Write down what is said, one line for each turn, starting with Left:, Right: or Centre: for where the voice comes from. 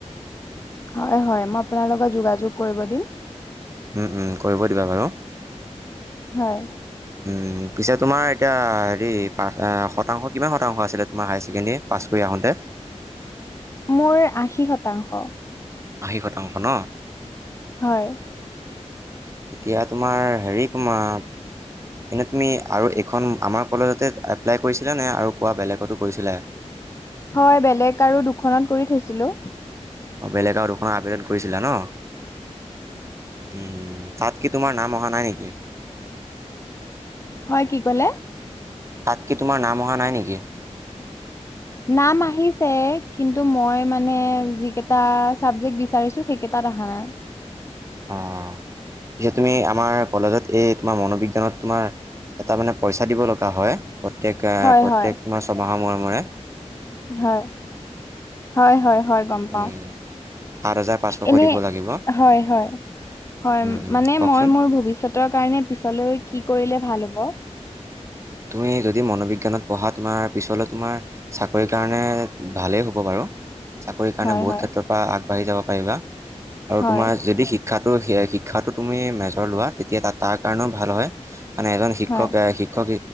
Left: হয় হয় মই আপোনাৰ লগত যোগাযোগ কৰিব দিম।
Right: উম উম কৰিব দিবা বাৰু।
Left: হয়।
Right: উম পিছে তোমাৰ এতিয়া হেৰি পা শতাংশ কিমান শতাংশ আছিলে তোমাৰ হায়াৰ ছেকেণ্ডেৰী পাছ কৰি আহোঁতে।
Left: <unintelligible> মোৰ আশী শতাংশ।
Right: আশী শতাংশ ন।
Left: হয়।
Right: এতিয়া তোমাৰ হেৰি তোমাৰ। এনেই তুমি আৰু এইখন আমাৰ কলেজতে এপ্লাই কৰিছিলা নে আৰু কোৱা বেলেগতো কৰিছিলা।
Left: হয় বেলেগ আৰু দুখনত কৰি থৈছিলোঁ।
Right: অঁ বেলেগ আৰু দুখনৰ আবেদন কৰিছিলা ন। উম তাত কি তোমাৰ নাম অহা নাই নেকি?
Left: হয় কি কলে।
Right: তাত কি তোমাৰ নাম অহা নাই নেকি?
Left: নাম আহিছে কিন্তু মই মানে যিকেইটা চাবজেক্ট বিচাৰিছো। সেইকেইটাত আহা নাই।
Right: অ পিছে তুমি আমাৰ কলেজত এই তোমাৰ মনোবিজ্ঞানত তোমাৰ এটা মানে। পইচা দিব লগা হয় প্ৰত্যেক
Left: হয়
Right: প্ৰত্যেক
Left: হয়
Right: তোমাৰ ছমাহৰ মৰেমূৰে।
Left: হয়, হয়, হয়, হয় গম পাওঁ
Right: উম, সাত হাজাৰ পাঁচশকৈ
Left: এনেই
Right: দিব লাগিব
Left: হয়, হয় হয়,
Right: উম, উম,
Left: মানে
Right: কওকচোন
Left: মই মোৰ ভৱিষ্যতৰ কাৰণে পিছলৈ কি কৰিলে ভাল হ'ব?
Right: তুমি যদি মনোবিজ্ঞানত পঢ়া তোমাৰ পিছলৈ তোমাৰ চাকৰিৰ কাৰণে ভালেই হ'ব বাৰু চাকৰিৰ কাৰণে
Left: হয়
Right: বহুত
Left: হয়
Right: ক্ষেত্ৰৰ পৰা আগবাঢ়ি যাব পাৰিবা। আৰু
Left: হয়
Right: তোমাৰ যদি শিক্ষাটো শিক্ষাটো তুমি মেজৰ লোৱা তেতিয়া তাৰ কাৰণেও ভাল হয়, মানে এজন শিক্ষক
Left: হয়
Right: শিক্ষক